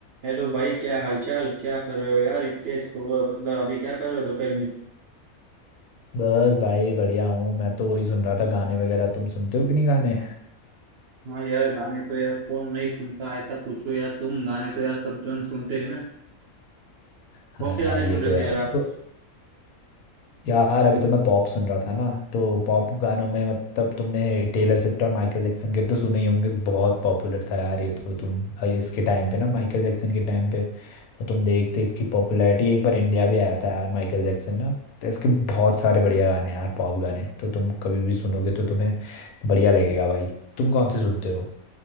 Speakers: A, on the right; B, on the left.
A: Hello भाई क्या हालचाल क्या कर रहे हो यार इतने सुबह मतलब अभी क्या कर रहे हो दोपहर में
B: बस भाई बढ़िया हूँ मैं तो वही सुन रहा था गाने वगैरह तुम सुनते हो कि नहीं गाने
A: हाँ यार गाने तो यार कौन नहीं सुनता ऐसा पूछो यार तुम गाने तो यार सब जन सुनते हैं ना
B: हाँ
A: कौन से
B: यार
A: गाने
B: ये
A: सुन
B: तो
A: रहे
B: है
A: थे यार आप
B: तो यार अभी तो मैं पॉप सुन रहा था ना तो पॉप गानों में मतलब तुमने टेलर स्विफ्ट और माइकल जैक्सन के तो सुने ही होंगे बहुत पॉपुलर था यार ये तो तुम अ, इसके टाइम पे ना माइकल जैक्सन के टाइम पे तो तुम देखते इसकी पॉपुलैरिटी एक बार इंडिया भी आया था यार माइकल जैक्सन ना तो इसके बहुत सारे बढ़िया गाने हैं यार पॉप गाने तो तुम कभी भी सुनोगे तो तुम्हें बढ़िया लगेगा भाई तुम कौन से सुनते हो